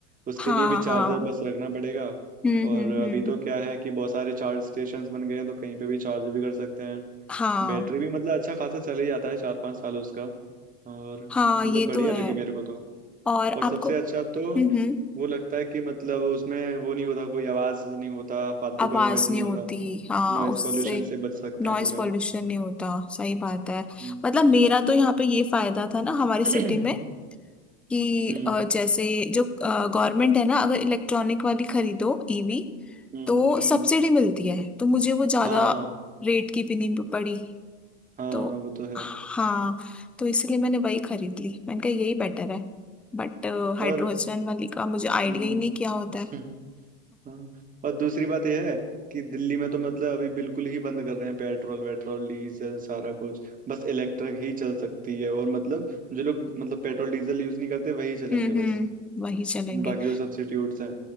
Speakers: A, on the right; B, in the centre.
A: उसके
B: हाँ
A: लिए भी चार्जर
B: हाँ
A: बस रखना पड़ेगा
B: हम्म
A: और
B: हम्म
A: अभी
B: हम्म
A: तो क्या है कि बहुत सारे चार्ज स्टेशंस बन गए हैं तो कहीं पे भी चार्ज भी कर सकते हैं
B: हाँ
A: बैटरी भी मतलब अच्छा खासा चले ही जाता है चार पाँच साल उसका और
B: हाँ
A: मतलब
B: ये
A: बढ़िया
B: तो है
A: लगी मेरे को तो
B: और
A: और
B: आपको
A: सबसे अच्छा तो
B: हम्म हम्म
A: वो लगता है कि मतलब उसमें वो नहीं होता कोई आवाज़ नहीं होता फालतू
B: आवाज
A: का नॉइज़
B: नहीं
A: नहीं
B: होती
A: होता
B: हाँ
A: नॉइज़
B: उससे
A: पोल्यूशन से बच सकते
B: नॉइस
A: हैं पूरा
B: पॉल्यूशन नहीं होता सही बात है
A: हम्म
B: मतलब मेरा तो यहाँ पे ये फायदा था ना हमारी
A: <coughs> <clears throat>
B: सिटी में कि
A: हम्म
B: अ, जैसे जो गवर्नमेंट है ना अगर इलेक्ट्रॉनिक वाली खरीदो ईवी
A: हम्म
B: तो
A: हम्म।
B: सब्सिडी मिलती है तो मुझे वो ज्यादा
A: हाँ
B: रेट की भी नहीं पड़ी
A: हाँ
B: तो
A: वो तो है
B: हाँ तो इसलिए मैंने वही खरीद ली मैंने कहा यही बेटर है बट हाइड्रोजन
A: और
B: वाली का मुझे आइडिया
A: हम्म
B: ही नहीं क्या होता है <laughs>
A: <laughs> हाँ और दूसरी बात यह है कि दिल्ली में तो मतलब अभी बिल्कुल ही बंद कर रहे हैं पेट्रोल वेट्रोल डीजल सारा कुछ बस इलेक्ट्रिक ही चल सकती है और मतलब जो लोग मतलब पेट्रोल डीजल यूज नहीं करते वही चलेंगे
B: हम्म
A: बस
B: हम्म वही चलेंगे
A: बाकी जो सब्स्टिट्यूट्स हैं